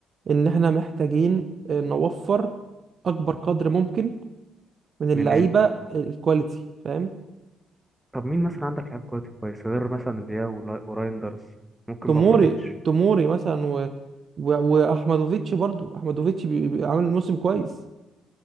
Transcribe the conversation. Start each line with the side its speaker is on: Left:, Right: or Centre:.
Right: ان احنا محتاجين آه، نوفر اكبر قدر ممكن من اللعيبه
Centre: من ايه
Right: الكواليتي فاهم
Centre: طب مين مثلا عندك لعيب كويس كويس غير مثلا رياو ولا- ورايندرز ممكن
Right: توموري
Centre: بافلوفيتش
Right: توموري مثلا و... و... واحمدوفيتش برضو احمدوفيتش بي... بي... عامل موسم كويس